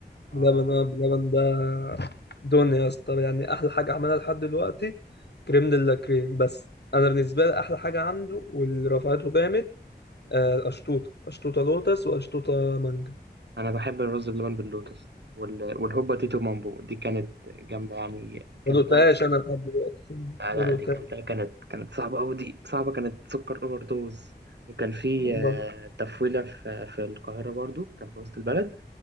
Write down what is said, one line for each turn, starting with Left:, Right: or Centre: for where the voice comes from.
Right: آه
Left: بلبن اه بلبن ده دنيا يا اسطى يعني احلى حاجه عملها لحد دلوقتي كريم دي لا كريم بس انا بالنسبه لي احلى حاجه عنده واللي رفعته جامد آه، اشطوطه اشطوطه لوتس واشطوطه مانجا
Right: انا بحب الرز بلبن باللوتس وال- والهوبا تيتو مامبو دي كانت جامدة يعني كلتها
Left: ما دقتهاش
Right: في...
Left: انا لحد دلوقتي
Right: آه لا
Left: ما دقتهاش
Right: دي كلتها كانت كانت صعبة أوي دي صعبة كانت سكر اوفر دوز وكان في
Left: والله
Right: آه، تفويلة في في القاهرة برضو كان في وسط البلد